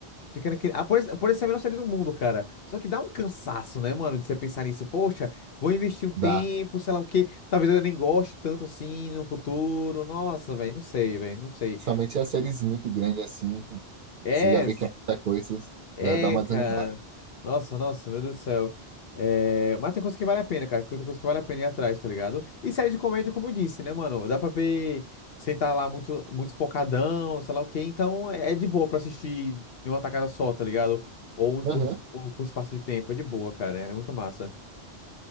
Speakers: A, on the left (about 65°); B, on the right (about 55°).
A: Fica naquele. Ah, por, isso por isso é a melhor série do mundo, cara. Só que dá um cansaço, né, mano, de você pensar nisso. Poxa, vou investir um tempo,
B: dá.
A: sei lá o quê. Talvez eu nem goste tanto assim no futuro. Nossa, velho, não sei, velho, não sei.
B: Somente as séries muito grandes assim,
A: É.
B: você já vê que é muita coisa,
A: É,
B: já dá uma
A: cara.
B: desanimada.
A: Nossa, nossa, meu Deus do céu. É, mas tem coisa que vale a pena, cara. Tem coisa que vale a pena ir atrás, tá ligado? E série de comédia, como eu disse, né, mano? Dá pra ver sem tá lá muito, muito focadão, sei lá o quê. Então é é de boa pra assistir em uma tacada só, tá ligado? Ou em curto,
B: Aham.
A: ou em curto espaço de tempo. É de boa, cara. É muito massa.